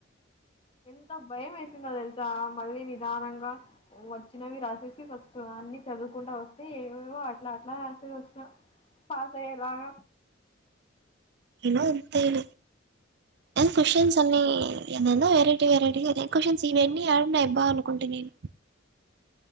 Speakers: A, on the left (about 30°); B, on the right (about 60°).
A: అ ఎంత భయం వేసిందో తెలుసా మళ్ళీ నిదానంగా వచ్చినవి రాసేసి ఫస్ట్ అన్ని చదువుకుంటా వస్తే ఏమేవో అట్లా రాసి వచ్చిన పాసయ్యే లాగ
B: నీను అంతే కని క్వశన్స్ అన్నీ ఏదెందో వెరైటీ వెరైటీ అదే క్వషన్స్ ఇవన్నీ యడున్నాయబ్బా అనుకుంటి నేను